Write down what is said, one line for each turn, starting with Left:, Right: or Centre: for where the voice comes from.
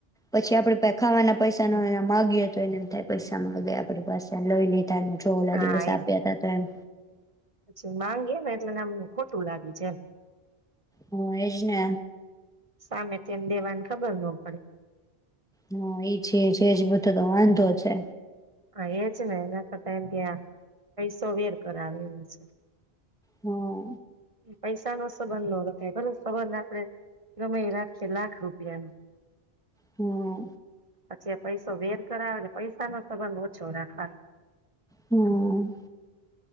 Centre: પછી આપડે ખાવાના પૈસા ન માગીએ તો એનેમ થાય પૈસા માંગે આપડી પાસે લઈ લે તમ ચોલા
Right: હા
Centre: દિવસે
Right: એમ
Centre: આપ્યા તા તો એમ
Right: પછી માંગીએ ને એટલે નામ ખોટું લાગી જાય.
Centre: હ એજ ને
Right: સામે તેમ દેવાની ખબર નો પડે.
Centre: હા એ છે છે જ બધો તો વાંધો છે.
Right: હા એજ ને એના કરતા એમ કે પૈસો વેર કરાવેલું છે.
Centre: હા.
Right: પૈસા નો સંબંધ ન રખાય <unintelligible> પલો સંબંધ આપડે રમાઈ રાખીએ લાખ રૂપિયા ન
Centre: હા.
Right: જે પૈસો વેર કરાવે ને પૈસા ન સર પણ બવ છોરા ખાય.
Centre: હમ્મ.